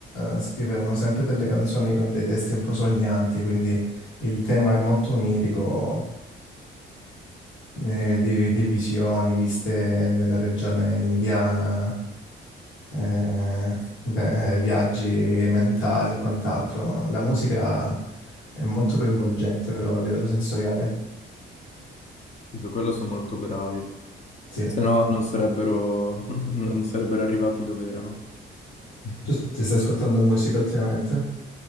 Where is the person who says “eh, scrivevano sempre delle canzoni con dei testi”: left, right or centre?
Left